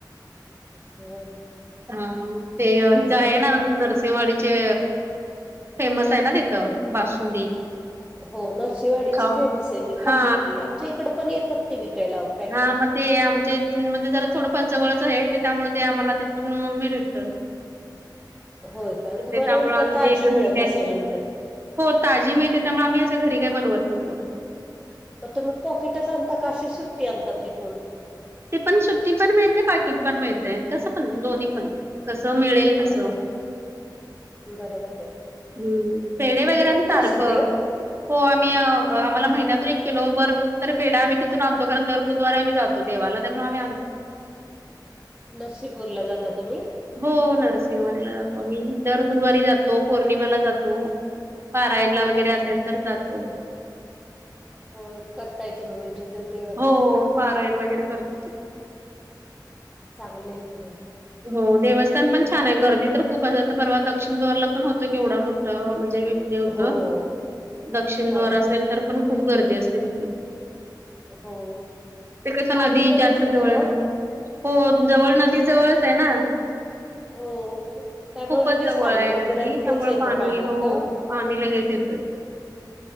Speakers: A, in the centre; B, on the right (about 35°).
A: सय
B: हा ते ज आहे ना नरसिंहवाडीचे फेमस आहे ना तिथं बासुंदी
A: हो नरसीवाडीची
B: खा
A: फेमस आहे मी खाल्ली
B: हा
A: की आमच्या इकडे पण येतात ते विकायला आप
B: हा म ते आमच्या इथून म्हणजे जरा थोडंफार जवळच आहे ते त्यामुळे ते आम्हाला तिथून मिळूंत
A: होय का तुम्हाला
B: त्यामुळे
A: उलट
B: आम्ही
A: ताजी
B: ते घरी
A: मिळत
B: काय
A: असेल उल
B: हो माहतीते त्यामुळे आम्ही असं घरी काही बनवत नाही तेथोडं
A: मग तुम्ही पॉकेटच आणता काशी सुट्टी आणता तिथून
B: ते पण सुट्टी पण मिळते बाकीत पण मिळते कसं पण दोन्ही पण कसं मिळेल
A: हा
B: तसं
A: हा बरोबर आहे.
B: हम्म पेडे
A: तिथली
B: वगैरे
A: खूप प्रसिद्ध
B: सारखं
A: आहे ओ
B: हो आम्ही आम्हाला महिनतून एक किलो हो आम्हीमहिन्याला आम्ही एककिलो बर तरी पेढा आम्ही तिथून आणतो कारण दर गुरुवारी आम्ही जातो देवाला त्यामुळे आम्ही
A: नरसीपूरला जाता तुम्ही
B: हो नरसिंहवाडीला जातो आम्ही दर गुरुवारी जातो पौर्णिमाला जातो पारायणला
A: होय
B: वगैरे
A: का?
B: असेल तर जातो
A: हो करताय तुम्ही म्हणजे ते देवाचं
B: हो पारायण वगैरे करत ते
A: चांगलं आहे खरं
B: हो देवस् पण छान आहे गर्दी तर खूप असाच परवा दक्षिण दवारला पण होतं केवं मोठं म्हणजे हे होत
A: हो.
B: दक्षिण
A: हा.
B: दवार असेल तर पण खूप गर्दी असे होेत
A: हो.
B: ते कसं
A: पाणी
B: नदी
A: लगेच
B: जास्त
A: येतं
B: जवळला
A: ना ओ?
B: हो जवळ नदी जवळच आहे ना
A: हो त्यामुळे
B: खूपच
A: लगेच
B: जवळ
A: पाणी
B: आहे
A: मंदिरातच
B: नदी त्यामुळे
A: येतं पाणी
B: हो
A: का
B: पाणी लगेच येतं